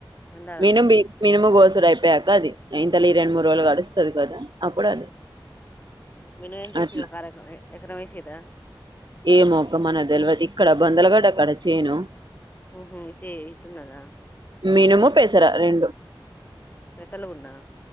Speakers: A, on the left; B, on the right.
A: ఎండాలంటవా
B: మీను మీనుము గోస్ అయిపోయాక అది ఇంతల్ ఈ రెండు మూడు రోజులు గడుస్తుంది కదా అప్పుడు అది
A: మినుము ఎంత వేసిర్రు
B: అట్లా
A: ఒక అర ఎకరం వేసిర్రా
B: ఏ మొక్కం మన తెలివతే ఇక్కడబ్బందలు కట్ట కడచేను
A: హ అయితే ఇటున్నదా
B: మీనుము పేసరా రెండు
A: పెసలు ఉన్నా